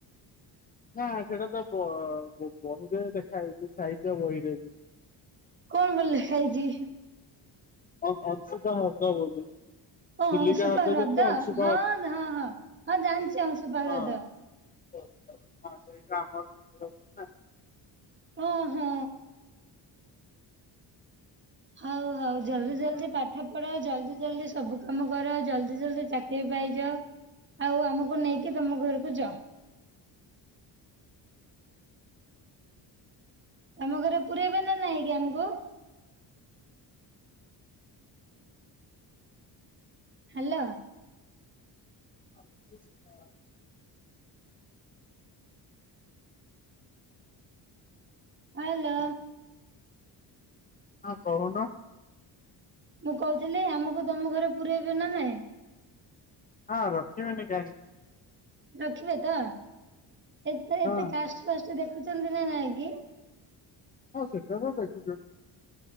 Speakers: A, on the left; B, on the right.
A: ନା ସେଇଟା ତ ବ ବହିରେ ଲେଖା ହେଇଛି ସାହିତ୍ୟ ବହିରେବି।
B: କଣ କଣ ଲେଖା ହେଇଛି।
A: କଣ ଅଂଶୁପା ହ୍ରଦ ବୋଲି।
B: ଓ
A: ଚିଲିକା
B: ଅଂଶୁପା ହ୍ରଦ
A: ଯେମିତି ଅଂଶୁପା
B: ହଁ
A: ହ୍ରଦ
B: ହଁ ହଁ ହଁ ଜାଣିଛି ଅଂଶୁପା
A: ହଁ
B: ହ୍ରଦ।
A: ହଁ ସେଇଟା ଆମର
B: ଓ ହଁ। ହଉ ହଉ ଜଲଦି ଜଲଦି ପାଠ ପଢ ଜଲଦି ଜଲଦି ସବୁ କାମ କର ଜଲଦି ଜଲଦି ଚାକିରି ପାଇଯାଅ ଆଉ ଆମକୁ ନେଇକି ତମ ଘରକୁ ଯଅ। ତମ ଘରେ ପୁରେଇବେ ନା ନାଇଁକି ଆମକୁ? ହ୍ୟାଲୋ।
A: ଆ <inaudible>
B: ହେଲୋ।
A: ହଁ କହୁନ?
B: ମୁଁ କହୁଥିଲି ଆମକୁ ତମ ଘରେ ପୁରଇବେ ନା ନାଇଁ?
A: ହଁ ରଖିବେନି କାହିଁକି।
B: ରଖିବେ ତ ଏତେ
A: ହଁ
B: ଏତେ କାଷ୍ଟ ଫାଷ୍ଟ ଦେଖୁଛନ୍ତି ନା ନାଇଁ କି?
A: ହଁ ସେଟା ତ ଦେଖୁଛନ୍ତି।